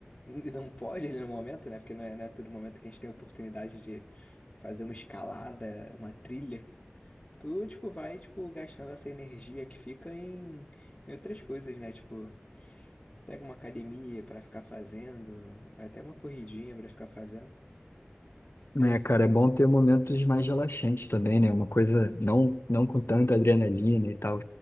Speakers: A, on the left (about 30°); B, on the left (about 70°).
A: n- não pode ali no momento, né? Porque não é, não é todo momento que a gente tem a oportunidade de fazer uma escalada, uma trilha. Tu, tipo, vai, tipo, gastando essa energia que fica em, em outras coisas, né? Tipo, pega uma academia pra ficar fazendo, até uma corridinha pra ficar fazendo.
B: Né,
A: É,
B: cara, é bom ter momentos mais relaxantes também, né? Uma coisa não, não com tanta adrenalina e tal.